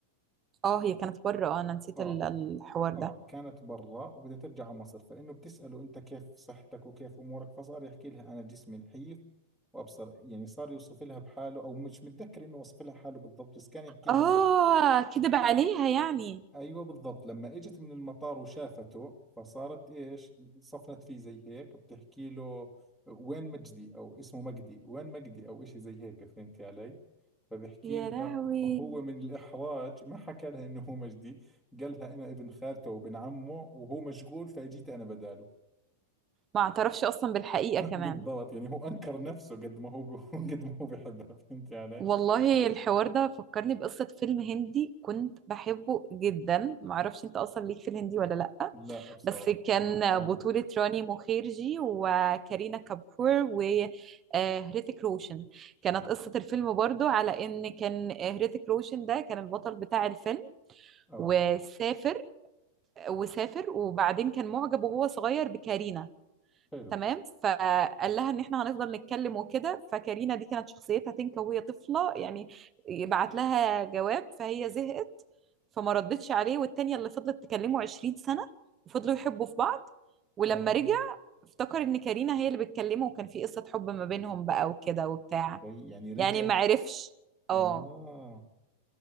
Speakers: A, on the right; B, in the centre.
A: اه هي كانت بره اه أنا نسيت
B: اه
A: ال- الحوار ده
B: اه كانت برا وبدها ترجع على مصر فانه بتساله انت كيف صحتك وكيف امورك فصار يحكي لها انا جسمي نحيف وابصر يعني صار يوصف لها بحاله او مش متذكر انه وصف لها حاله بالضبط بس كان يحكي
A: اه
B: لها
A: كدب عليها يعني
B: ايوه بالضبط لما اجت من المطار وشافته فصارت ايش صفنت فيه زي هيك بتحكي له وين مجدي او اسمه مجدي وين مجدي او اشي زي هيك فهمتي علي فبحكي
A: يا
B: لها
A: لهوي
B: هو من الاحراج ما حكى لها انه هو مجدي قال لها انا ابن خالته وابن عمه وهو مشغول فاجيت انا بداله
A: ما اعترفش أصلا بالحقيقة
B: <laughs>
A: كمان
B: بالضبط يعني هو انكر نفسه قد ما هو <laughs> قد ما هو بحبها فهمتي علي
A: والله الحوار ده فكرني بقصة فيلم هندي كنت بحبه جدا معرفش انت أصلا ليك في الهندي ولا لأ
B: لا بصراحة
A: بس كان
B: اه
A: بطولة راني مخيرجي وكارينا كابور وهريتك روشن كانت قصة الفيلم برضو على ان كان هريتك روشن ده كان البطل بتاع الفيلم
B: اه
A: وسافر وسافر وبعدين كان معجب وهو صغير بكارينا
B: حلو
A: تمام فقال لها ان احنا هنفضل نتكلم وكده فكارينا دي كانت شخصيتها تنكا وهي طفله يعني يبعت لها جواب فهي زهقت فما ردتش عليه والتانية اللي فضلت تكلمه 20 سنه وفضلوا يحبوا في بعض ولما
B: اه
A: رجع افتكر ان كارينا هي اللي بتكلمه وكان في قصه حب ما بينهم بقى وكده وبتاع
B: طيب يعني رجع
A: يعني ما عرفش
B: آه
A: اه